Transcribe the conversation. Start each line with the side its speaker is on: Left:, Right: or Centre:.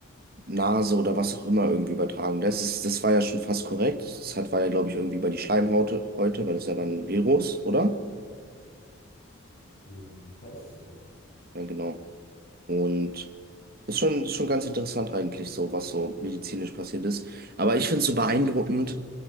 Right: Nase oder was auch immer irgendwie übertragen. Das ist, das war ja schon fast korrekt. Das hat, war ja, glaube ich, irgendwie bei die Schleimhaut heute, weil das ist ja ein Virus, oder?
Left: mh, die Pest, ja.
Right: Ja, genau. Und ist schon, ist schon ganz interessant eigentlich so, was so medizinisch passiert ist. Aber ich finde es so beeindruckend,